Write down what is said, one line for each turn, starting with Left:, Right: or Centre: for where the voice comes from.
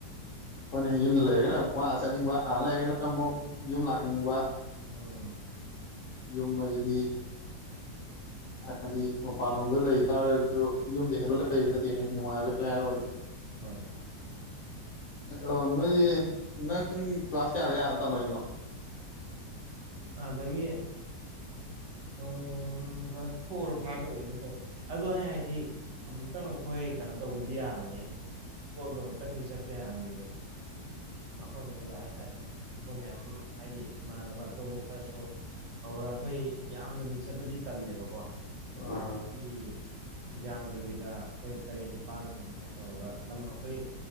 Left: ꯍꯣꯏꯅꯦ ꯌꯨꯝꯗ ꯂꯩꯔꯒꯅ ꯑꯃꯨꯛ ꯋꯥ ꯆꯠꯅꯤꯡꯕ ꯑꯥ ꯂꯩꯔꯒꯅ ꯑꯃꯨꯛ ꯌꯨꯝ ꯂꯥꯛꯅꯤꯡꯕ
Right: ꯎꯝ
Left: ꯌꯨꯝ ꯑꯁꯤꯗꯤ ꯍꯥꯏꯕꯗꯤ ꯃꯄꯥꯟꯂꯣꯝꯗ ꯂꯩꯇꯥꯥꯔꯒꯁꯨ ꯌꯨꯝꯗ ꯍꯦꯟꯗꯂ ꯂꯩꯕ ꯅꯠꯇꯦꯅꯦ ꯅꯨꯡꯉꯥꯏꯕ ꯍꯥꯏꯔꯨꯔꯗꯤ
Right: ꯍꯣꯏ
Left: ꯎ ꯅꯣꯏꯗꯤ ꯅꯪ ꯀ꯭ꯂꯥꯁ ꯀꯌꯥꯗ ꯌꯥꯔ ꯇꯝꯃꯛꯢꯅꯣ
Right: ꯑꯗꯒꯤ ꯎ ꯀ꯭ꯂꯥꯁ ꯐꯣꯔ ꯐꯥꯏꯚ ꯂ ꯑꯃ ꯇꯧꯋꯦ ꯑꯗꯣ ꯑꯩ ꯍꯥꯏꯗꯤ ꯑꯃꯨꯛꯇꯪ ꯑꯩꯈꯣꯏ ꯀꯩꯅꯣ ꯇꯧꯕꯗꯤ ꯌꯥꯕꯅꯤ ꯀꯣꯏꯕ ꯑꯃꯨꯛꯇꯪꯗꯤ ꯆꯠꯄ ꯌꯥꯅꯤ ꯃꯐꯝ ꯑꯃꯗ ꯍꯥꯏꯇꯥꯔꯦ ꯑꯩꯈꯣꯏ ꯃꯌꯥꯝ ꯑꯃ ꯍꯥꯏꯗꯤ ꯏꯃꯥꯟꯅꯕ ꯑꯇꯣꯞꯄ ꯈꯔꯁꯨ ꯍꯧꯔ ꯑꯩꯈꯣꯏ ꯌꯥꯝꯅꯗꯤ ꯆꯠꯄꯗꯤ ꯇꯟꯅꯦꯕꯀꯣ
Left: ꯑꯥ
Right: ꯃꯤꯒꯤ ꯌꯥꯝꯗ꯭ꯔꯕꯤꯗ ꯑꯩꯈꯣꯏ ꯇꯔꯦꯠ ꯅꯤꯄꯥꯜꯃꯨꯛ ꯑꯗꯨꯃꯥꯏꯅ ꯇꯧꯔꯒ ꯂꯝ ꯑꯩꯈꯣꯏ